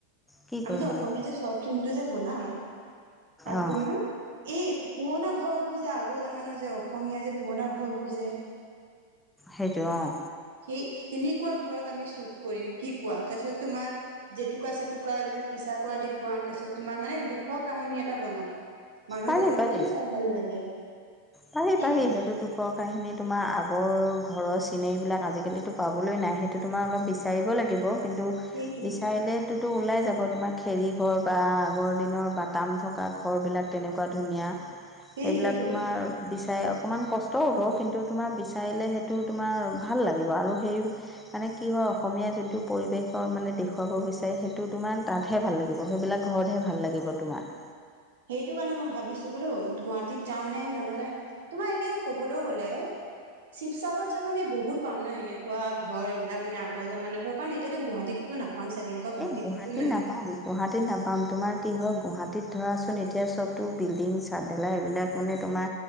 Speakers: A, in the centre; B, on the right (about 60°).
A: কি কৰিম
B: আমি যে
A: বুলি
B: অসমীয়া
A: ভাবিছে
B: যে চৰ্ত ফিল্মটো যে বনাম, তাত
A: অঁ
B: তোমাৰ এই পুৰণা ঘৰবোৰ আগৰ জামানাৰ যে অসমীয়া যে পুৰণা ঘৰবোৰ যে <inaudible>
A: সেইটোৱে অ'।
B: সেই তেনেকুৱা ঘৰত আমি শ্বুট কৰিম, কি কোৱা? তাৰপিছত তোমাৰ জেতুকা চেতুকা এইবিলাক পিছা কৰা দেখুৱাম, তাৰপিছত তোমাৰ মানে দুখৰ কাহিনী এটা বনাম। মানুহে
A: পাৰি
B: যাতে এইটো
A: পাৰি
B: মানে চাই ভাল লাগে।
A: পাৰি,
B: কি
A: পাৰি
B: কোৱা
A: সেইটোৱে টো। খৰ কাহিনী তোমাৰ আগৰ ঘৰৰ চিনেৰিবিলাক আজিকালিতো পাবলৈ নাই, সেইটো তোমাৰ অলপ বেছি বিচাৰিব লাগিব, কিন্তু
B: সেইটোৱে
A: বিচাৰিলে তো ওলাই যাব তোমাৰ খেৰী ঘৰ বা আগৰ দিনৰ বাটাম থকা ঘৰবিলাক তেনেকুৱা ধুনীয়া।
B: সেইটোৱেইটো
A: সেইবিলাক তোমাৰ বিচাৰে অকণমান কষ্ট হ'ব, কিন্তু তোমাৰ বিচাৰিলে সেইটো তোমাৰ ভাল লাগিব আৰু সেই মানে কি হয়, অসমীয়া যোনটো পৰিৱেশৰ মানে দেখুৱাব বিচাৰে সেইটো তোমাৰ তাত হে হে ভাল লাগিব সেইবিলাক ঘৰতহে ভাল লাগিব তোমাৰ।
B: সেইটো কাৰণে মই ভাবিছোঁ বোলো গুৱাহাটীত যাওঁনে নহ'লে তোমাৰ এনে ক'বলৈ গ'লে শিৱসাগৰত চাগৈ আমি বহুত পাম ন এনেকুৱা ঘৰ এইবিলাক মান আগৰ জামানাৰ ঘৰ, কাৰণ এতিয়াতো গুৱাহাটীত তো নাপাম চাগে! এনেকুৱা গুৱাহাটীততো
A: এ, গুৱাহাটীত
B: নাই
A: নাপাম। গুৱাহাটীত নাপাম তোমাৰ কি হয়, গুৱাহাটীত ধৰাচোন এতিয়া চবতো বিল্ডিং চাদঢালাই এইবিলাক মানে তোমাৰ